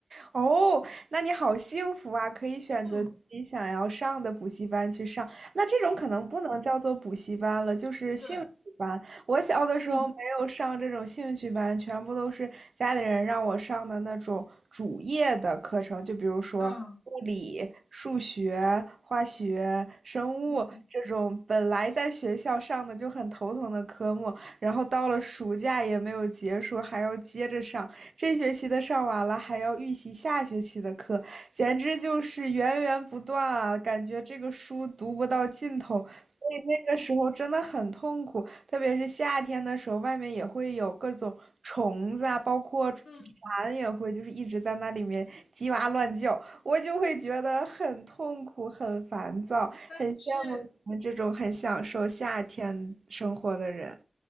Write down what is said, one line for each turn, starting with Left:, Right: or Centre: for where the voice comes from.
Right: 哦，那你好幸福啊，可以选择自己想要上的补习班去上。
Left: 嗯，
Right: 那这种可能不能叫做补习班了，就是兴趣班。
Left: 对，
Right: 我小的时候没有上这种兴趣班，
Left: 嗯
Right: 全部都是家里人让我上的那种主业的课程，就比如说物理、
Left: 啊
Right: 数学、化学、生物这种本来在学校上的就很头疼的科目，
Left: 嗯
Right: 然后到了暑假也没有结束，还要接着上。这学期的上完了，还要预习下学期的课，简直就是源源不断啊！感觉这个书读不到尽头，所以那个时候真的很痛苦。特别是夏天的时候，外面也会有各种虫子啊，包括蝉也会，
Left: 嗯，
Right: 就是一直在那里面叽哇乱叫，我就会觉得很痛苦、很烦躁，
Left: 但是。
Right: 很羡慕你们这种很享受夏天生活的人。